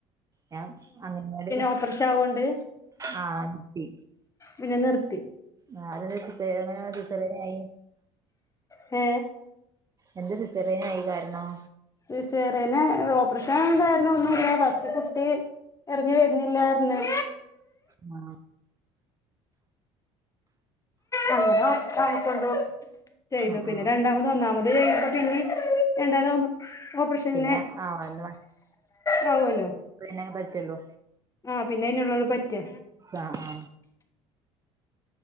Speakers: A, on the right; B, on the left.
A: ഞാൻ അങ്കനവാടി
B: ഓപ്പറേഷൻ ആവോണ്ട്
A: ആ... ട്ടി
B: പിന്നെനിർത്തി
A: ആ അതെന്റെ സ അങ്ങനെ സിസറന ആയി
B: എ
A: എന്തെ സിസേറിയനായ കാരണം
B: സിസേറിയനെ ഓപ്പറേഷനാവാൻ കാരണൊന്നുല്ല ഫസ്റ്റ്ത്തകുട്ടി ഇറങ്ങി വര്നില്ലാറഞ്
A: ആ
B: അങ്ങനെഒക്കായിക്കൊണ്ട് ചെയ്തു.
A: ആ
B: പിന്നെ
A: ആ
B: രണ്ടാമത് ഒന്നാമത് ചെയ്യിമ്പോ പിന്നെ രണ്ടാതാവുമ്പോ ഓപ്പറേഷനന്നേ
A: പിന്നെ ആ അന്ന്
B: ണ്ടാവല്ലൊ
A: തന്നെ പറ്റുള്ളൂ
B: അ പിന്നയ്നുള്ളല്ലൊ പറ്റാ...
A: ആ ആ